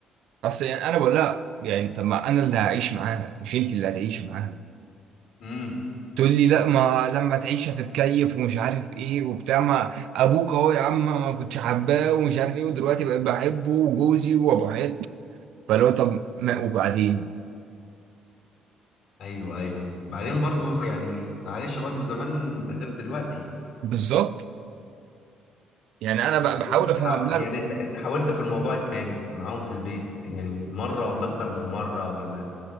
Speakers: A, on the right; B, on the left.
A: اصل يعني انا بقول لها يعني طب ما انا اللي هعيش معاها مش انت اللي هتعيشي معاها
B: مم.
A: تقول لي لا ما لما تعيش هتتكيف ومش عارف ايه وبتاع ما ابوك اهو يا عم ما كنتش حباه ومش عارف ايه ودلوقتي بقيت بحبه وجوزي وابو عيال فاللي هو طب ما وبعدين
B: أيوه أيوه بعدين برضو يعني معلش برضو زمان غير دلوقتي
A: بالظبط يعني انا بقى
B: طب
A: بحاول
B: انت
A: افهم
B: حا-
A: لا
B: يعني
A: لا،
B: أنت أنت حاولت في الموضوع التاني معاهم في البيت يعني مرة ولا أكتر من مرة ولا